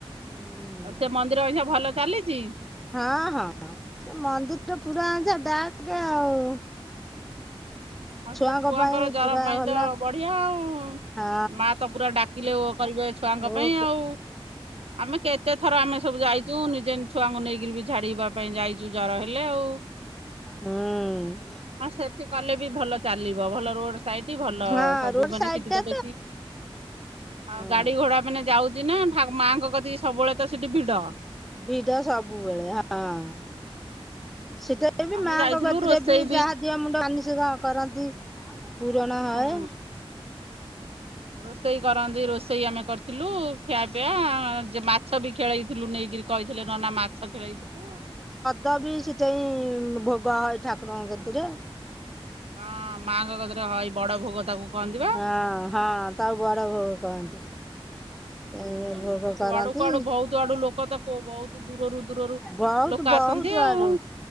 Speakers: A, in the centre; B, on the right (about 80°).
A: ହୁଁ
B: ଆଉ ସେ ମନ୍ଦିର <unintelligible> ଭଲ ଚାଲିଛି।
A: ହଁ ହଁ ସେ ମନ୍ଦିର ପୁରା ଆ ଡାକେ ଆଉ।
B: ହଁ
A: ଛୁଆଙ୍କ
B: ସେ ଛୁଆଙ୍କର
A: ପାଇଁ
B: ଜର
A: ପୁରା
B: ପାଇଁ
A: ଭଲ
B: ତ ବଢିଆ ଆଉ।
A: ହଁ
B: ମା ତ ପୁରା ଡାକିଲେ ଓ କରିବେ ଛୁଆଙ୍କ
A: ଓ
B: ପାଇଁ
A: ହଁ।
B: ଆଉ ଆମେ କେତେ ଥର ଆମେ ସବୁ ଯାଇଛୁ ନିଜେ ଛୁଆଙ୍କୁ ନେଇକିରି ବି ଝାଡିବା ପାଇଁ ଯାଇଛୁ ଜର ହେଲେ ଆଉ।
A: ହୁଁ।
B: ହଁ ସେଠି କଲେ ବି ଭଲ ଚାଲିବ ଭଲ ରୋଡ ସାଇଟି ଭଲ
A: ହଁ
B: ସବୁ
A: ରୋଡ
B: ମାନେ
A: ସାଇଡ
B: ସେଠି
A: ଟା
B: ତ ବେଶୀ
A: ହଁ।
B: ଆଉ ଗାଡି ଘୋଡା ମାନେ ଯାଉଛି ନା ମାଆଙ୍କ କତିିକି ସବୁବେଳେ ତ ସେଠି ଭିଡ।
A: ଭିଡ ସବୁବେଳେ ହଁ ସେଟା ଏ ବି
B: ଆମେ
A: ମାଆଙ୍କ
B: ଯାଇଥିଲୁ
A: କତିରେ
B: ରୋଷେଇ
A: ବି ଯାହା ଡିଆ ମୁଣ୍ଡ ଆନିଷଧ କରନ୍ତି ପୁୁରଣ ହଏ।
B: ହୁଁ। ରୋଷେଇ କରନ୍ତି ରୋଷେଇ ଆମେ କରିଥିଲୁ ଖିଆ ପିଆ ମା ମାଛ ବି ଖେଳେଇଥିଲୁ ନେଇକିରି କହିଥିଲେ ନନା ମାଛ ଖେଳେଇଥିଲୁ।
A: ଦ ବି ସେଠାଇଁ ଭୋଗ ହଏ ଠାକୁରଙ୍କତିରେ।
B: ହଁ ମାଙ୍କ କତିରେ ହ ବଡ ଭୋଗ ତାକୁ କହନ୍ତି ବା।
A: ହଁ ହଁ ତାଉ ବଡ ଭୋଗ କହନ୍ତି।
B: ହୁଁ।
A: ଏ
B: ହୁଁ
A: ଭୋଗ କରନ୍ତି
B: କୁଆଡୁ କୁଆଡୁ ବହୁତ ଆଡୁ ଲୋକ ତ ବହୁତ ଦୂରରୁ ଦୂରରୁ
A: ବହୁତ
B: ଲୋକ
A: ବହୁତ
B: ଆସନ୍ତି ଆଉ।
A: ଆଡୁ